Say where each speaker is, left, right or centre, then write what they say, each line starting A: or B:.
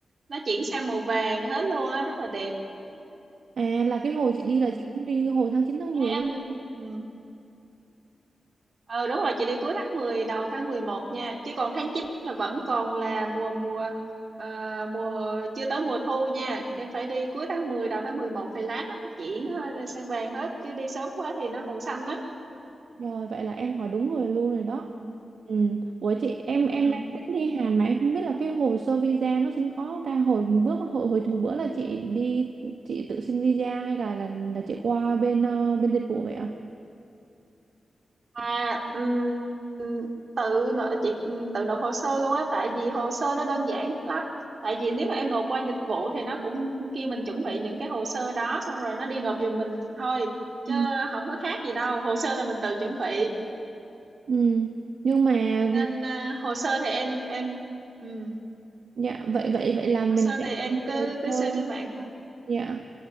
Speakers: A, on the right; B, on the right.
A: nó chuyển sang màu vàng hết luôn á, rất là đẹp.
B: À là cái hồi chị đi
A: Ừ.
B: là chị cũng đi hồi tháng 9 tháng
A: Thế
B: 10 luôn.
A: Em ừ. Ờ đúng rồi chị đi cuối tháng 10 đầu tháng 11 nha chứ còn tháng 9 là vẫn còn là mùa mùa ờ, mùa chưa tới mùa thu nha em phải đi cuối tháng 10 đầu tháng 11 thì lát nó mới chuyển hết- ờ, sang vàng hết chứ đi sớm quá thì nó còn xanh đó
B: Rồi vậy là em hỏi đúng người luôn rồi đó.
A: ừ.
B: Ừ. Ủa chị em em
A: Ừ.
B: đang tính đi Hàn mà em không biết là cái hồ sơ visa nó xin khó. không ta hồi bước hồi, hồi hồi bữa là chị đi chị tự xin visa hay là là là chị qua bên ờ, bên dịch vụ vậy ạ?
A: À ừm, tự nộp chị ừm, tự nộp hồ sơ luôn á tại vì hồ sơ nó đơn giản lắm tại vì nếu mà em nộp qua dịch vụ thì nó cũng kêu mình chuẩn bị những cái hồ sơ đó xong rồi nó đi nộp giùm mình thôi chứ
B: Ừ.
A: không có khác gì đâu hồ sơ là mình tự chuẩn bị
B: Ừ. Nhưng mà
A: nên à, hồ sơ thì em em ừ,
B: dạ vậy vậy vậy là mình
A: hồ sơ
B: sẽ
A: thì em
B: chuẩn bị
A: cứ
B: hồ
A: cứ xem trên
B: sơ.
A: mạng thôi
B: Dạ.